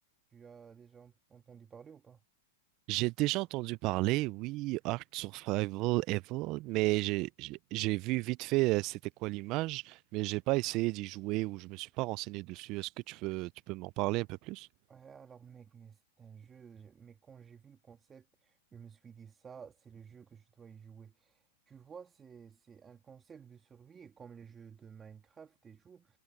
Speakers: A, on the right (about 20°); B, on the right (about 40°).
A: Tu as déjà entendu parler ou pas?
B: J'ai déjà entendu parler, oui, Art Survival Evolved, mais j'ai j'ai j'ai vu vite fait euh, c'était quoi l'image, mais j'ai pas essayé d'y jouer ou je me suis pas renseigné dessus. Est-ce que tu peux tu peux m'en parler un peu plus?
A: Ouais, alors mec, mais c'est un jeu, je- mais quand j'ai vu le concept, je me suis dit ça, c'est le jeu que je dois y jouer. Tu vois, c'est, c'est un concept de survie comme les jeux de Minecraft et tout,